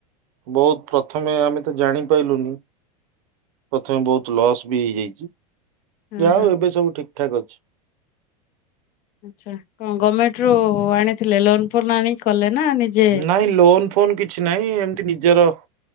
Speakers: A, on the right (about 65°); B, on the left (about 45°).
A: ବହୁତ ପ୍ରଥମେ ଆମେ ତ ଜାଣିପାଇଲୁନି। ପ୍ରଥମେ ବହୁତ ଲସ୍ ବି ହେଇଯାଇଛି
B: ହଁ
A: ଯାହା
B: ହଁ
A: ହଉ ଏବେ ସବୁ ଠିକ ଠାକ୍ ଅଛି।
B: ଆଚ୍ଛା କଣ ଗଭର୍ଣମେଣ୍ଟ ରୁ ଆଣିଥିଲେ ଲୋନ ଫୋନ ଆଣିକି କଲେ ନା ନିଜେ?
A: ନାଇଁ ଲୋନ ଫୋନ କିଛି ନାହିଁ ଏମତି ନିଜର